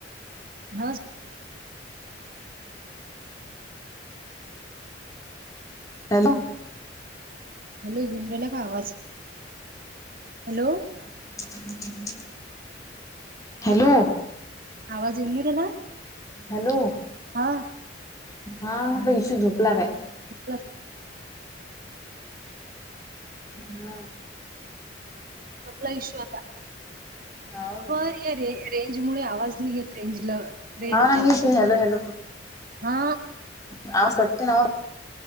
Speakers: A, on the right (about 50°); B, on the left (about 20°).
A: होच
B: हॅलो.
A: हॅलो, येऊन राहिला का आवाज? हॅलो.
B: <inaudible> हॅलो.
A: आवाज येऊन गेलेला?
B: हॅलो.
A: हा.
B: हा म्हटलं इशू झोपला काय?
A: <inaudible>
B: हा
A: आपला इशू आता
B: हो काय?
A: होय रे रे रेंजमुळे आवाज नाही येत, रेंजला रेंजच्यानं.
B: हा ना मीच हॅलो हॅलो.
A: हा.
B: आवाज कटते ना